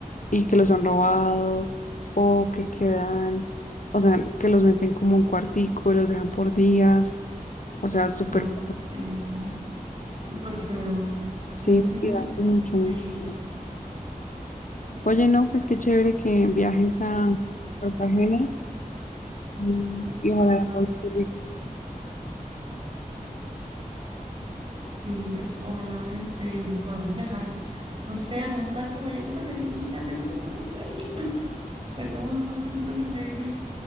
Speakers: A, on the left (about 60°); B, on the right (about 40°).
A: Y que los han robado, o que quedan, o sea, que los meten como un cuartico y los dejan por días, o sea, súper,
B: Ya es eh, súper feo.
A: sí,
B: Ujú,
A: me da mucho, mucho
B: Sí,
A: miedo. Oye, no, pues qué chévere que viajes a Cartagena mm, y ojalá
B: ajá.
A: la pases rico.
B: Sí, pues ojalá este, podamos viajar. No sé, hagamos algo, vayamos a Medellín, ya que no conocemos Medellín. <laughs> Perdámonos juntos en Medellín.